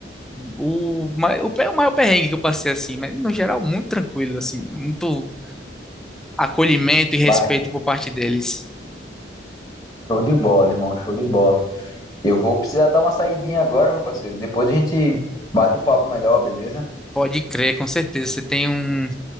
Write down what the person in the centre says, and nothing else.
o mai- o pe- o maior perrengue que eu passei assim, mas no geral muito tranquilo assim, muito acolhimento e respeito
por parte deles.
Pode crer, com certeza. Você tem um,